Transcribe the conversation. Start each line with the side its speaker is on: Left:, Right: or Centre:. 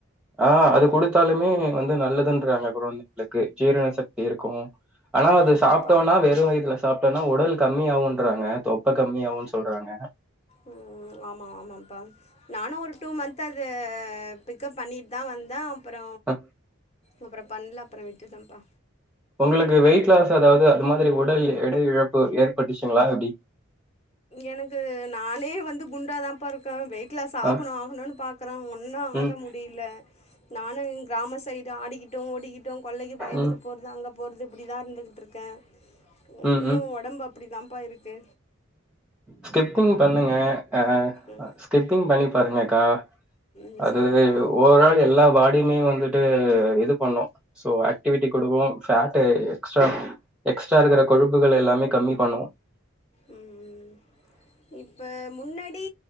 Centre: ஆஹ் அது கொடுத்தாலுமே வந்து நல்லதுன்றாங்க கொழந்தைகளுக்கு ஜீரண சக்தி இருக்கு ஆனா அது
Left: ஆமாப்பா
Centre: சாப்பிட்டோனா வெறும் வயதுல சாப் டோனா உடல் கம்மியாவுன்றாங்க தொப்பை கம்மியாவுன்னு சொல்றாங்க
Left: உம் ஆமா ஆமாப்பா நானும் ஒரு டூ மந்த்அது பிக்கப் பண்ணிட்டு தான் வந் தா அப்புறம்
Centre: ஹ
Left: அப்புறம் பண்ணல அப்புறம் விட்டுட ப்பா
Centre: உங்களுக்கு வெயிட் லாஸ் அதாவது அது மாதிரி உடல் எடை இழப்பு ஏற்பட்டுச்சுங்களா எப்டி
Left: எனக்கு நானே வந்து குண்டாதான் பா இருக்கே வெய்ட் லஸ் ஆகணு
Centre: ஆ
Left: ஆகணுன்னு பாக்குறே ஒன்னும்
Centre: ம்
Left: ஆக முடியல நானும் கிராம சைடு ஆடிக்கிட்டு ஓடிக்கிட்டு கொல்லைக்கு வயலுக்கு
Centre: ம்
Left: போகறது அங்க போறது இப்படிதான் இருந்துகிட்டு இருக்கேன் ஒன்னும்
Centre: ம் ம்
Left: உடம்பு அப்டிதான்ப்பாருக்கு
Centre: ஸ்கிப்பிங் பண்ணுங்க அஹ்
Left: ம்
Centre: ஸ்கிப்பிங் பண்ணி பாருங்கக்கா
Left: ம்
Centre: அது
Left: சரிப்பா
Centre: ஓவரால் எல்லா பாடியுமே வந்து ட்ரு இது பண்ணோம் சோ ஆக்டிவிட்டி கொடுக்கும் ஃபேட்டு எக்ஜ்ட்ரா எக்ஸ்ட்ரா இருக்கிற கொழுப்புகள் எல்லாமே கம்மி பண்ணும்
Left: ம்ம் இப்ப முன்னாடி